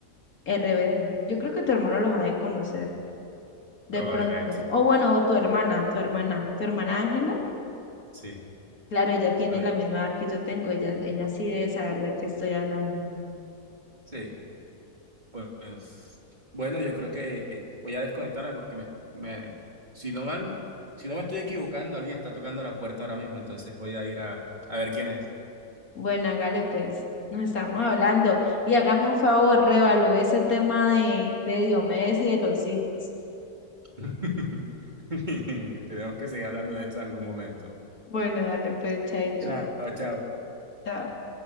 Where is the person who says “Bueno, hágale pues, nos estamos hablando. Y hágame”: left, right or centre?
Left